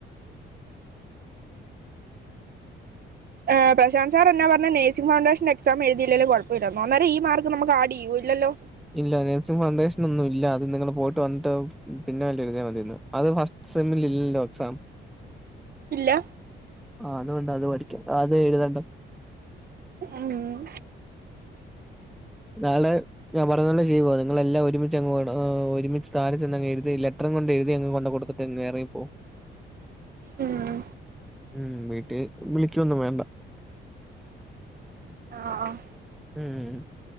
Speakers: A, on the right; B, in the centre.
A: ഏ പ്രാശാസർ എന്ന പറഞ്ഞ നഴ്സിംഗ് ഫൗണ്ടേഷൻ എക്സാം എഴതില്ലോലും കുഴപ്പമില്ലന്നോ അന്നേര ഈ മാർക്ക് നമുക്ക് ആഡ് ചെയ്യൂ ഇല്ലോ
B: ഇല്ല നഴസിംഗ് ഫൗണ്ടേഷന ഒന്നും ഇല്ല അത് നിങ്ങൾ പോയിട്ട് വന്നിട്ട് പിന്നെ അല്ല എഴതാൽ മതിരുന്നു അത് ഫസ്റ്റ് സെമ ഇല്ലല്ലോ എക്സാം
A: ഇല്ല
B: ആ അതുകണ്ട അത് പഠിക്കാം അത് എഴുതണ്ട
A: ഉം.
B: നാള് ഞാൻ പറഞ്ഞോളെ ചെയ്യോ നിങ്ങളെല്ലാം ഒരുമിച്ച്ങ്ങ് ഒരുമിച്ച് താഴ ചെന്നങ് എഴുതി ലെറ്ററും കൊണ്ട് എഴുതി എങ്ങ് കൊണ്ട കൊടുത്തിട്ട് എങ്റങ്ങപ്പോ
A: ഉം.
B: ഉ വീട്ടിൽ വിളിക്കൊന്നും വേണ്ട
A: ആ.
B: ഉം